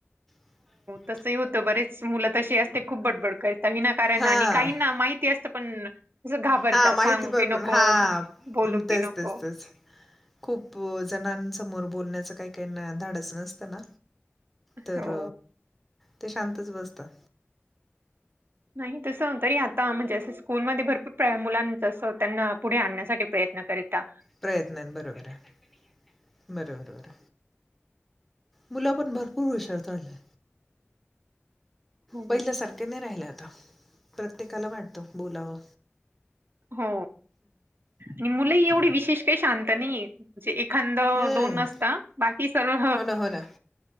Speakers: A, in the centre; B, on the right.
A: <inaudible>
B: तसही होत. बरेच मुल तशी असत्या. खूप बडबड करीता विनाकारणन‌‌.
A: हां
B: आणि काहीना माहिती असत पण कस घाबरताात.
A: हां, माहिती
B: सांगू
A: भरपूर
B: की नको.
A: हां,
B: बोलू
A: तेच,
B: की नको.
A: तेच, तेच. खूप जणांसमोर बोलण्याच काही काही ना धाडच नसत ना. तर,
B: हो
A: ते शांतच बसतात.
B: नाही तस तरी आता म्हणजे अस स्कूलमध्येध्ये भरपूर मुलांचस त्यांना पुढे आणण्यासाठी प्रयत्न करीता.
A: प्रयत्न बरोबर आहे. बर बर बर, मुल पण भरपूर हुशार झालीय.
B: हो
A: पहिल्या सारखे नाही राहिल आता. प्रत्येकाला वाटत बोलाव.
B: हो आणि मुलही एवढी विशेष शांत नाहीये. म्हणजे एखांद
A: हं,
B: दोन असता. बाकी सर्व
A: हो ना हो ना,